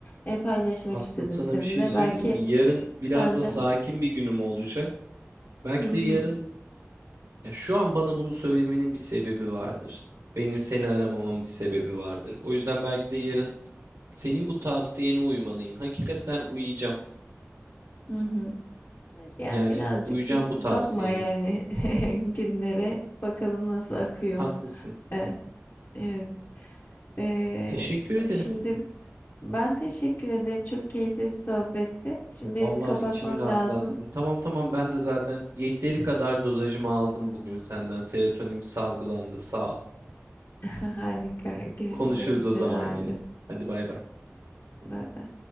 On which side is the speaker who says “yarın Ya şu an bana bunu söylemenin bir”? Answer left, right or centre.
Right